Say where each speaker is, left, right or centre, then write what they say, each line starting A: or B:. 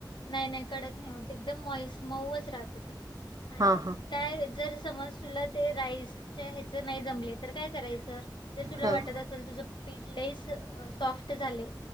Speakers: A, on the left (about 80°); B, on the right (about 50°).
A: नाही नाही कडक नाही होत एकदम मोइस मऊच राहत ते. आणि
B: हां हां
A: काय जर समज तुला ते राईस च्या ह्याच नाही जमले तर काय करायचं जर तुला
B: हां
A: वाटत असेल तुझ, स्ीटलेस सॉफ्ट झाले.